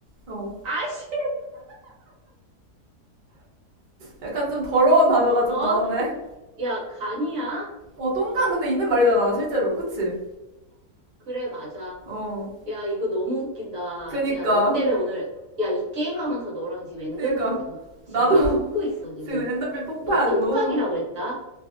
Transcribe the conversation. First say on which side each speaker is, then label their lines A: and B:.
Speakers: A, on the right (about 35°); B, on the right (about 60°).
A: 어.
B: 아이씨,
A: 약간 좀 더러운 단어가 좀
B: 어, 어,
A: 나오네.
B: 야, 간이야?
A: 어,
B: 어,
A: 똥간 근데 있는 말이잖아, 실제로. 그치?
B: 그래, 맞아.
A: 어.
B: 야, 이거 너무 웃긴다.
A: 그니까.
B: 야, 너 때문에 오늘, 야, 이 게임 하면서 너랑 지금 엔돌핀
A: 그니까.
B: 도,
A: 나도
B: 지금 막
A: <laughs>
B: 솟고 있어, 지금.
A: 지금 엔더빈 폭파야.
B: 너 똥깡이라고
A: 지금 너무. 웃겨.
B: 그랬다?